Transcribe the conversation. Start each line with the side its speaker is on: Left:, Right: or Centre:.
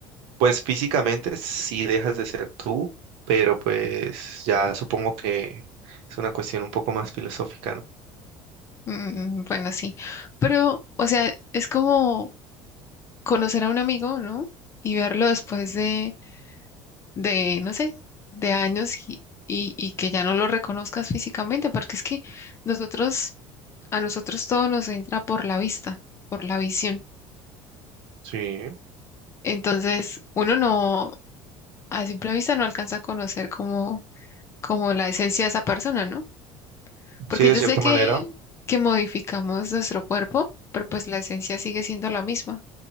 Right: Pues físicamente sí dejas de ser tú, pero pues ya supongo que es una cuestión un poco más filosófica, ¿no?
Left: Mm, bueno, sí, pero, o sea, es como conocer a un amigo, ¿no? Y verlo después de, de, no sé, de años y, y, y que ya no lo reconozcas físicamente, porque es que nosotros, a nosotros todo nos entra por la vista, por la visión.
Right: Sí,
Left: Entonces, uno no a simple vista no alcanza a conocer como, como la esencia de esa persona, ¿no? Porque
Right: sí, de
Left: yo
Right: cierta
Left: sé que,
Right: manera.
Left: que modificamos nuestro cuerpo, pero pues la esencia sigue siendo la misma.